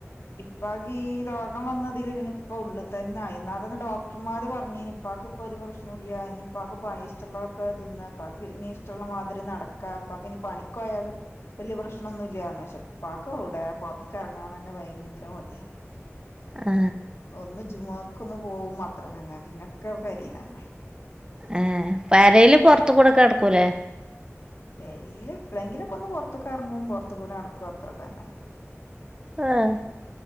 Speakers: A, on the left (about 60°); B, on the right (about 20°).
A: ഇപ്പാക്ക് ഈ രോഗം വന്നതില് പിന്നെ ഇപ്പ ഉള്ള് തന്നായി ന്നാ തന്നെ ഡോക്ടർമാര് പറഞ്ഞീ ഇപ്പാക്ക് ഇപ്പൊരു പ്രശ്നൂല്യാ ഇഞ്ഞ് ഇപ്പാക്ക് പയേ ഇഷ്ടള്ളൊക്കെ തിന്നാ ഇപ്പാക്ക് ഇനി ഇഷ്ടള്ള മാതിരി നടക്കാ ഇപ്പാക്കിനി പണി ക്കോയാലും വല്ല്യ പ്രശ്നൊന്നുല്ലാർന്ക്ഷെ പ്പാക്കോടെ പുറത്ത്ക്കെറങ്ങാൻ തന്നെ ഭയ ങ്കര മടിയ
B: ആ
A: ഒന്ന് ജുമുഅക്കൊന്ന് പോവും അത്ര തന്നെ പിന്നെക്കെ പെരീനന്നെ
B: ഏ പെരേല് പൊറത്ത്കൂടെക്കെ നടുക്കൂലേ?
A: പെരേൽ എപ്പളെങ്കിലൊക്കെ ഒന്ന് പുറത്തുക്കെറങ്ങും പുറത്തേകൂടെനടക്കും അത്ര തന്നെ
B: ആഹ്